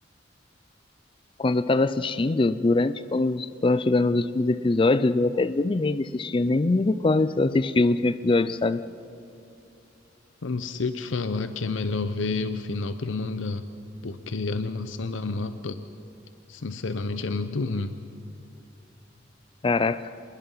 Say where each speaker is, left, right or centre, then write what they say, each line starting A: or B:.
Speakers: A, on the left; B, on the left.
A: quando eu tava assistindo, durante quando foram chegando os últimos episódios, eu até desanimei de assistir. Eu nem me recordo se eu assisti o último episódio, sabe?
B: Mano, se eu te falar que é melhor ver o final pelo mangá, porque a animação da mapa, sinceramente, é muito ruim.
A: Caraca,